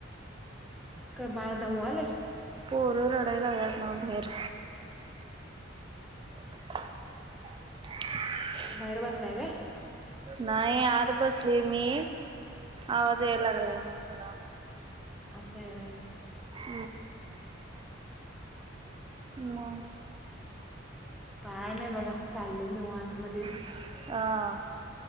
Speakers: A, in the centre; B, on the right (about 25°).
A: काय बाळ दमवालय?
B: पोर रडाय लागल्यात् नवं बहीर. <inaudible>
A: बाहेर बसलाय काय?
B: नाही आत बसले मी. आवाज यायला लागलाय ना सगळा.
A: असए व्हय.
B: ह म.
A: काय नाही बघा. चाललंय निवांतमध्ये.
B: ह